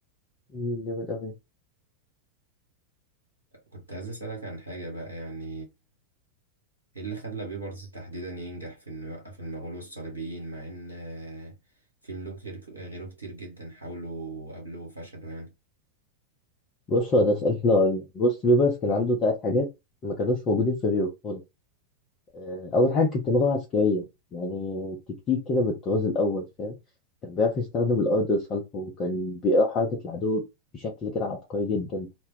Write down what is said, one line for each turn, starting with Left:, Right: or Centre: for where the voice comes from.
Left: مم، جامد قوي
Right: كنت عايز أسألك عن حاجة بقى يعني ايه اللي خلى بيبرز تحديدا ينجح في انه يوقف المغول والصليبيين مع ان آه، في ملوك غير غيره كتير جدا حاولوا وقابلوا وفشلوا يعني
Left: بص هو ده سؤال حلو قوي بص بيبرس كان عنده تلات حاجات ما كانوش موجودين في غيره خالص آه، اول حاجه كنت بلغه عسكريه يعني تكتيك كده بالطراز الاول فاهم كان بيعرف يستخدم الارض لصالحه وكان بيقرا حركه العدو بشكل كده عبقري جدا